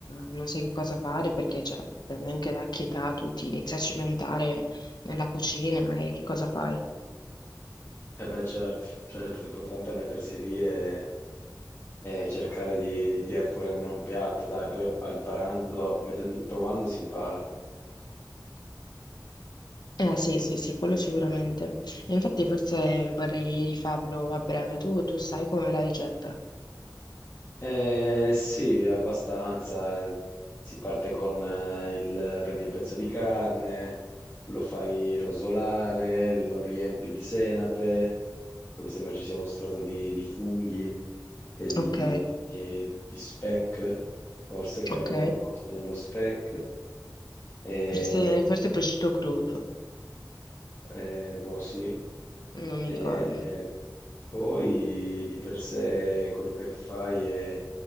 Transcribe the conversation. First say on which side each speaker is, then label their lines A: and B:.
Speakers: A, on the left; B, on the left.
A: non sai che cosa fare, perché cioè, dipende anche da che età tu ti inizi a cimentare nella cucina e che cosa fai.
B: E beh, certo, certo, l'importante è mettersi lì e cercare di, di tirar fuori almeno un piatto, dai, poi imparando, mettendo- provando si impara.
A: Eh sì, sì, sì, quello sicuramente. E infatti forse vorrei rifarlo a breve. Tu, tu sai com'è la ricetta?
B: Eh, sì, abbastanza. eh. Si parte con eh, il, prendi il pezzo di carne, lo fai rosolare, lo riempi di senape, poi mi sembra ci sia uno strato di, di funghi e di,
A: Ok,
B: e di speck, forse che
A: ok.
B: ro- lo rotoli nello speck, e,
A: Forse, forse prosciutto crudo.
B: eh, boh, sì.
A: Non mi
B: E
A: ricordo.
B: Poi di per sé quello che fai è